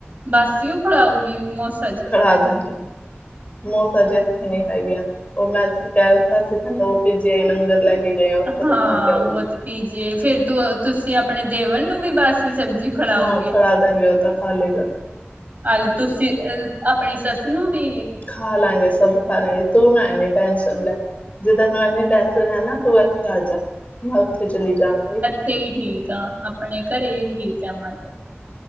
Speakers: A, on the right; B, on the left.
A: ਬਾਸੀਓ ਖਲਾਊਗੀ ਮੋਸ
B: ਖਲਾਦਾਂਗੀ। ਮੋਸਾਜੀ ਇੱਥੇ ਨੀ ਹੈਗੇਆ, ਉਹ ਮੈਂ ਕਹਿ ਦਿੱਤਾ ਸੀ ਉਹ ਭੀਜੀ ਆਈ ਲੰਗਰ ਲੈ ਕੇ ਗਏ ਆ ਉੱਥੇ
A: ਹਾਂ,
B: ਤੋਂ ਖਾ ਕੇ ਆਊਗੀ
A: ਉਹ ਤੇ ਪੀਜੀਏ ਫੇਰ ਤੂੰ ਤੁਸੀਂ ਆਪਣੇ ਦੇਵਰ ਨੂੰ ਵੀ ਬੱਸ ਸਬਜ਼ੀ ਖੜਾਓਗੇ।
B: ਹਾਂ ਖਿਲਾ ਦਾਂਗੇ ਉਹ ਤਾਂ ਖਾ ਲਏਗਾ
A: ਅ ਤੁਸੀਂ ਅ ਆਪਣੀ ਸੱਸ ਨੂੰ ਵੀ।
B: ਖਾ ਲਾਂਗੇ ਸਭ ਖਾ ਲਾਂਗੇ, ਤੂੰ ਨਾ ਇਨੀਂ ਟੈਂਸ਼ਨ ਲੈ। ਜੇ ਤੈਨੂੰ ਇਨੀਂ ਟੈਂਸ਼ਨ ਏ ਨਾ, ਤੂੰ ਇੱਥੇ ਆ ਜਾ ਮੈਂ ਉੱਥੇ ਚਲੀ ਜਾਂਗੀ।
A: ਇਥੇ ਈ ਠੀਕ ਆ, ਆਪਣੇ ਘਰੇ ਈ ਠੀਕ ਆ ਮੈਂ ਤੇ।